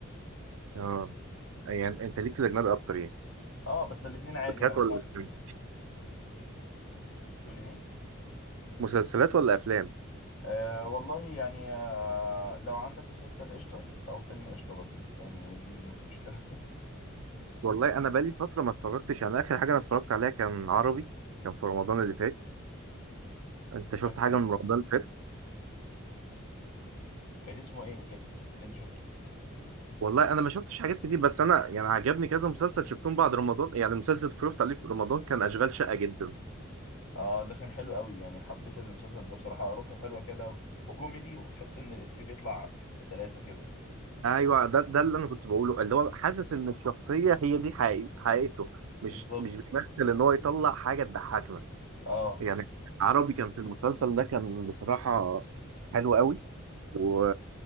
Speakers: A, on the right (about 85°); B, on the left (about 80°).
A: اه يعني انت ليك في الاجنبي اكتر يعني
B: اه بس الاثنين عادي
A: مسلسلات
B: انا بسمع
A: ولا
B: الاثنين
A: أفلام؟
B: تقول ايه
A: مسلسلات ولا افلام
B: آه والله يعني آه لو عندك مسلسل قشطه لو فيلم قشطه برضه يعني اللي يجي مش مشكله
A: والله انا بقالي فتره ما اتفرجتش يعني اخر حاجه انا اتفرجت عليها كان عربي كان في رمضان اللي فات انت
B: <laughs> سمعت
A: شفت حاجه
B: ايه
A: من رمضان اللي فات
B: كان اسمه ايه وكده اللي انت شفته
A: والله انا ما شفتش حاجات كتير بس انا يعني عجبني كذا مسلسل شفتهم بعد رمضان يعني مسلسل اتفرجت عليه في رمضان كان اشغال شقه جدا
B: اه ده كان حلو قوي يعني حبيت المسلسل ده بصراحة روحه حلوة كده و... وكوميدي وتحس ان الإفيه بيطلع بسلاسة كده
A: ايوه ده ده اللي انا كنت بقوله اللي هو حاسس ان الشخصيه هي دي حقيقي- حقيقته مش
B: بالظبط
A: مش بيمثل ان هو يطلع حاجه تضحكنا
B: اه
A: يعني عربي كان في المسلسل ده كان بصراحة حلو قوي و